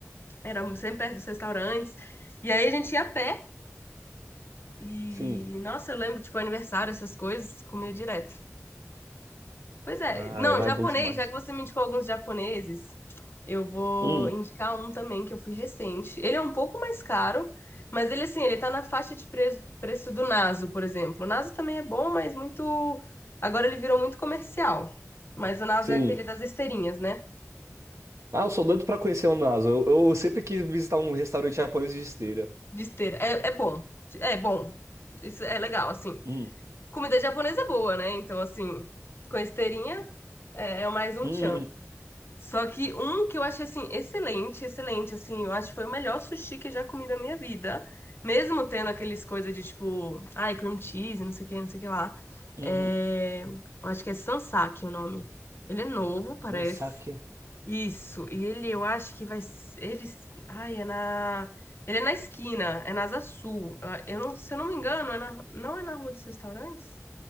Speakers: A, on the left; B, on the right.
A: Era sempre perto dos restaurantes. E aí a gente ia a pé. E,
B: sim.
A: nossa, eu lembro, tipo, aniversário, essas coisas, comia direto. Pois é,
B: Ah,
A: não,
B: e lá
A: japonês,
B: é bom demais.
A: já que você me indicou alguns japoneses, eu vou
B: Hum,
A: indicar um também que eu fui recente. Ele é um pouco mais caro, mas ele, assim, ele tá na faixa de preço, preço do Naso, por exemplo. O Naso também é bom, mas muito. Agora ele virou muito comercial. Mas o Naso
B: sim.
A: é aquele das esteirinhas, né?
B: Ah, eu sou doido pra conhecer o Nasa. Eu, eu sempre quis visitar um restaurante japonês de esteira.
A: De esteira. É, é bom. É bom. Isso é legal, assim.
B: Hum,
A: Comida japonesa é boa, né? Então, assim, com esteirinha é, é mais um
B: hum,
A: tchan.
B: hum,
A: Só que um que eu achei assim excelente, excelente, assim, eu acho que foi o melhor sushi que eu já comi da minha vida. Mesmo tendo aqueles coisas de tipo, ai, cream cheese, não sei o que, não sei o que lá.
B: uhum.
A: É, eu acho que é Sansaki o nome. Ele é novo, parece.
B: Então, saque.
A: Isso. E ele, eu acho que vai. s- Ele. Ai, é na. Ele é na esquina, é na Asa Sul. Ah, Eu não, se eu não me engano, é na, não é na Rua dos Restaurantes?